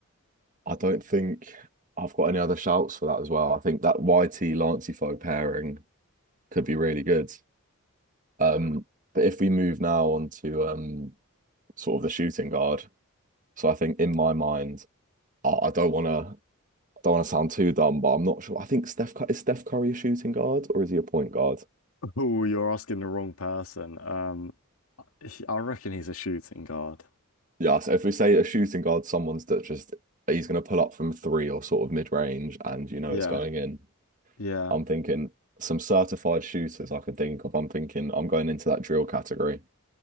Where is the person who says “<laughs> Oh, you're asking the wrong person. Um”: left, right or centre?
Left